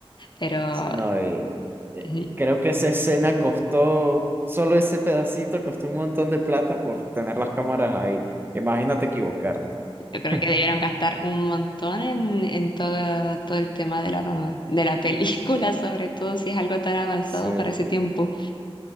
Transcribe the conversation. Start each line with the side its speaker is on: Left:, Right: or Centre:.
Left: Pero
Right: sí, no, y, eh,
Left: mm,
Right: eh, creo que esa escena costó, solo ese pedacito costó un montón de plata por tener las cámaras ahí. Imagínate equivocarte.
Left: yo creo que
Right: <laughs>
Left: debieron gastar un montón en, en todo, todo el tema de la, de la película, <laughs> sobre todo si es algo tan avanzado
Right: Sí,
Left: para ese tiempo.